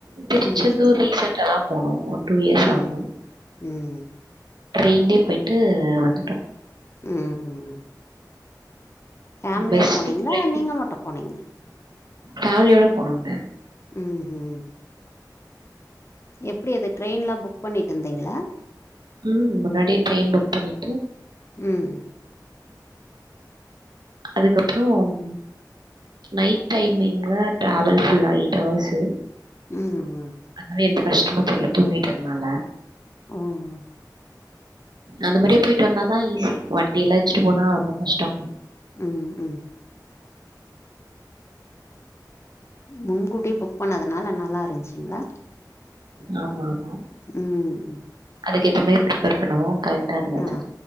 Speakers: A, on the right (about 70°); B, on the left (about 35°).
A: திருச்செந்தூர்
B: ம்
A: ரீசன்ட் இப்ப தான் போனோம் ஒரு டூ இயர்ஸ்
B: ம்
A: ஆகும்
B: ம்
A: ட்ரெயின்லே போய்ட்டு வந்துட்டோம்
B: ம் ம் ஃபேமிலியா
A: பெஸ்ட்
B: போனிங்களா
A: ட்ரெயின்
B: நீங்க மட்டும் போனிங்களா
A: ஃபேமிலியோட போனங்க
B: ம் ம் எப்டி அது ட்ரெயின்லா புக் பண்ணிட்டு இருந்தீங்களா
A: ம் முன்னாடியே ட்ரெயின் புக் பண்ணிட்டு
B: ம்
A: அதுக்கப்புரோம் நைட் டைமிங்கில ட்ராவல் ஃபுல்லா எயிட் ஹவர்ஸு
B: ம் ம்
A: அதனால எந்த கஷ்டமு தெர்ல தூங்கிட்டு இருந்தனால
B: ம்
A: அந்த மாரியே போய்ட்டு வந்தாதா ஈஸி ஒன் டே எல்லா வச்சுட்டு போனா ரொம்ப கஷ்டம்
B: ம் ம் முன்கூட்டியே புக் பண்ணதுனால நல்லா இருந்துச்சுங்களா
A: ஆமா ஆமா
B: ம்
A: அதுக்கு ஏத்த மாரி பிரிப்பர் போனோ கரெக்டா இருந்துச்சு
B: ஆ